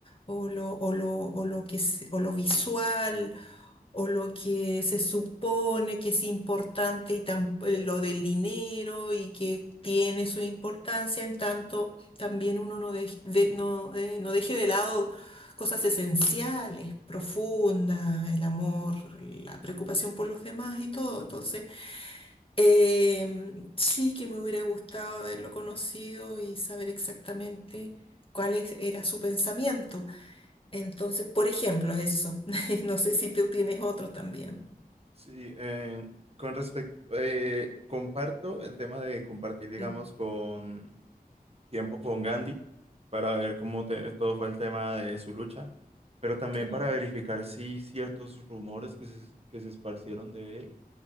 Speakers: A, on the left (about 35°); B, on the right (about 40°).
A: o lo, o lo, o lo que, se- o lo visual o lo que se supone que es importante y tam- lo del dinero y que tiene su importancia, en tanto también uno no, dej- de- no, eh, no deje de lado cosas esenciales, profundas, el amor, la preocupación por los demás y todo. Entonces, em, sí que me hubiera gustado haberlo conocido y saber exactamente cuál es- era su pensamiento. Entonces, por ejemplo, eso. <laughs> No sé si tú tienes otros también.
B: Sí, eh, con respecto, comparto el tema de compartir, digamos,
A: Mm,
B: con tiempo con Gandhi para ver cómo te- todo fue el tema de su lucha, pero también
A: claro.
B: para verificar si ciertos rumores que se, que se esparcieron de él